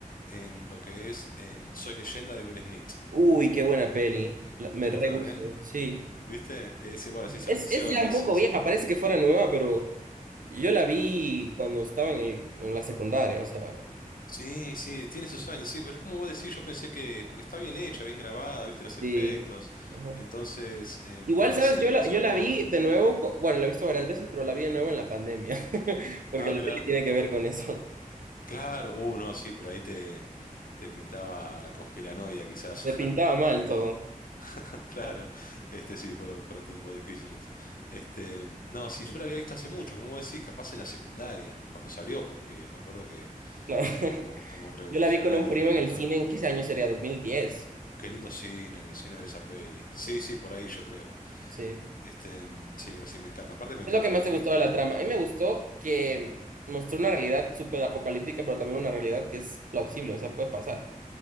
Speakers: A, on the left (about 75°); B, on the right (about 70°).
A: em, lo que es em, Soy Leyenda de Will Smith.
B: Uy, qué buena peli. La- me
A: ¿Te
B: re
A: gusta también?
B: gusta, sí.
A: ¿Viste? Es igual, es ciencia
B: Es,
A: ficción,
B: es ya
A: es
B: un poco
A: un...
B: vieja,
A: ci-
B: parece que fuera nueva, pero yo la vi cuando estaba en, el- en la secundaria, o sea,
A: Sí, sí, tiene sus años, sí, pero es como vos decís, yo pensé que, porque está bien hecha, bien grabada, viste los
B: sí.
A: efectos,
B: Ajá.
A: entonces em,
B: Igual,
A: parece,
B: ¿sabes? Yo
A: parece
B: la, yo
A: más
B: la
A: nuevo.
B: vi de nuevo, co- bueno, la he visto varias veces, pero la vi de nuevo en la pandemia, <laughs> porque
A: Ah,
B: la
A: mira,
B: peli tiene que ver con eso.
A: claro, uh, no, sí, pero ahí te, te pintaba la conspiranoia quizás,
B: Se pintaba mal todo,
A: <laughs> claro, este sí, fueron, fueron tiempos difíciles. Este, no, sí, yo la había visto hace mucho, como vos decís, capaz en la secundaria, cuando salió, porque me acuerdo que
B: claro.
A: Fue como, como revolucionaria,
B: Yo la vi con un primo
A: a mí me había
B: en el
A: gustado.
B: cine, ¿en qué año sería? dos mil diez
A: Qué lindo cine, en el cine ver esa peli. Sí, sí, por ahí yo creo.
B: Sí.
A: Este, mm, sí, pero sí me encanta. Aparte me encanta
B: Es lo que más
A: Will
B: te
A: Smith.
B: gustó de la trama. A mí me gustó que mostró una realidad súper apocalíptica, pero también una realidad que es plausible, o sea, puede pasar,